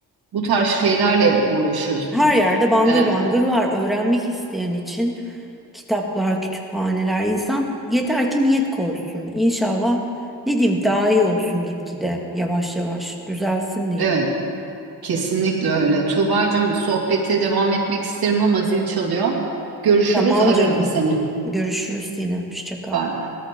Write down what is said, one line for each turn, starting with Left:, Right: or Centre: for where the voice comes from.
Right: Bu tarz şeylerle uğraşıyorsun.
Centre: Her yerde bangır
Right: Ee,
Centre: bangır var. Öğrenmek isteyen için kitaplar, kütüphaneler. insan yeter ki niyet koysun. İnşallah ne diyeyim daha iyi olsun gitgide. Yavaş yavaş düzelsin diyeyim.
Right: evet, kesinlikle öyle. Tuğbacığım sohbete devam etmek isterim ama zil çalıyor. Görüşürüz,
Centre: Tamam
Right: ararım
Centre: canım.
Right: seni.
Centre: Görüşürüz yine. Hoşça kal.
Right: Bay bay.